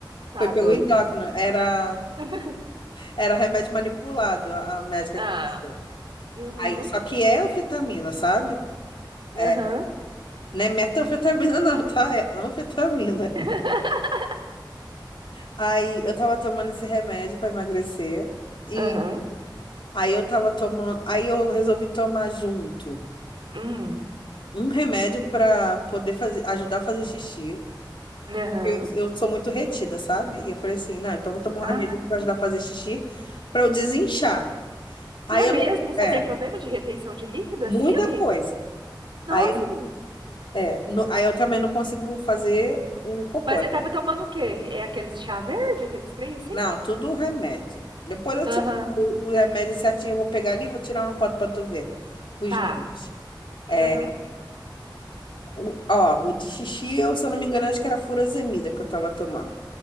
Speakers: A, on the right (about 70°); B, on the left (about 75°).
A: Tá
B: foi pelo
A: doida.
B: endócrino, era
A: <laughs>
B: era remédio manipulado, a a médica
A: Ah,
B: que passou.
A: uhum,
B: Aí só que é anfetamina, sabe? É,
A: aham,
B: não é metanfetamina, <laughs> não, tá? É anfetamina.
A: <laughs>
B: Aí eu tava tomando
A: uhum.
B: esse remédio pra emagrecer e
A: aham,
B: aí eu tava tomando, aí eu resolvi tomar junto
A: uhum.
B: um remédio pra poder fazer, ajudar a fazer xixi.
A: Aham.
B: Eu, eu sou muito retida, sabe? E eu falei assim, não, então eu vou tomar
A: Ah,
B: um remédio pra ajudar a fazer xixi pra eu desinchar. Aí
A: e é
B: eu
A: mesmo?
B: não,
A: Você
B: é,
A: tem problema de retenção de líquido
B: muita
A: assim, amiga?
B: coisa.
A: Nossa,
B: Aí,
A: menina.
B: é, no- aí eu também não consigo fazer o cocô.
A: Mas você
B: né?
A: tava tomando o quê? É aqueles chá verde, aqueles trem assim?
B: Não, tudo remédio. Depois eu
A: Aham.
B: te, o, o remédio certinho eu vou pegar ali e vou tirar uma foto pra tu ver os
A: Tá.
B: números. É,
A: Aham.
B: o- ó, o de xixi, eu, se eu não me engano, acho que era furosemida que eu tava tomando.